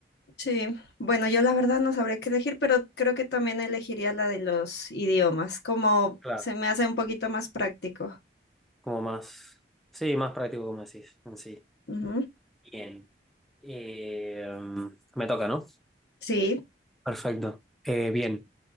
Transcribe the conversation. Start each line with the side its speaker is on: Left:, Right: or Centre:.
Left: Sí, bueno, yo la verdad no sabré qué elegir, pero creo que también elegiría la de los idiomas, como
Centre: Claro.
Left: se me hace un poquito más práctico.
Centre: Como más. Sí, más práctico, como decís, en sí.
Left: Ujú,
Centre: Bien. Eh, me toca, ¿no?
Left: Sí.
Centre: Perfecto. Eh, bien.